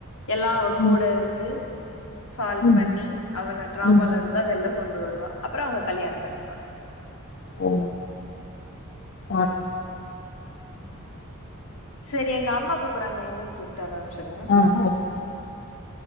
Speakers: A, on the left (about 65°); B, on the left (about 50°).
A: எல்லா
B: ம்
A: கூட இருந்து, சா.
B: ம்
A: பண்ணி, அவனை டிராமால
B: ம்
A: இருந்துல்லாம் வெள. கொண்டு வருவா. அப்புறம் அவங்க கல்யாணம் பண்ணிபாங்கா.
B: ஓ ஆ.
A: உம். சரி எங்க அம்மா கூப்பிறாங்க, நா என்னன்னு கேள். ஆரம்பிச்சடுங்க.
B: ஆ ஓகே